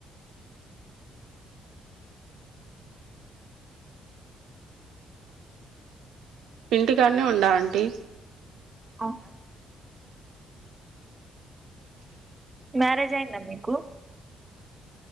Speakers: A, on the right (about 85°); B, on the right (about 20°).
A: ఇంటికానే ఉండ ఆంటీ
B: అవునా మ్యారేజ్ అయిందా మీకు